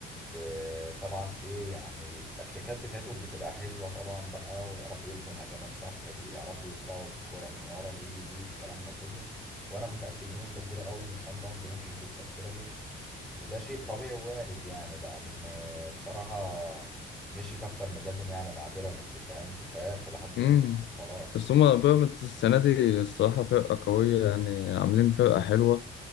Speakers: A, in the centre; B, on the left.
A: وطبعا ايه يعني التكتيكات بتاعتهم بتبقى حلوة طبعا بقى ويعرفوا يبنوا الهجمات صح بيعرفوا يطلعوا الكرة من ورا وي وي الكلام ده كله وانا متأكد بنسبة كبيرة قوي ان سان داونز ممكن تكسب بيراميدز وده شيء طبيعي وارد يعني لان بصراحة مشيت اكتر من لازم يعني مع بيراميدز فاهم كفاية كل حد
B: امم
A: هنا خلاص
B: بس هما بيراميدز السنه دي الصراحه فرقه قويه يعني عاملين فرقه حلوه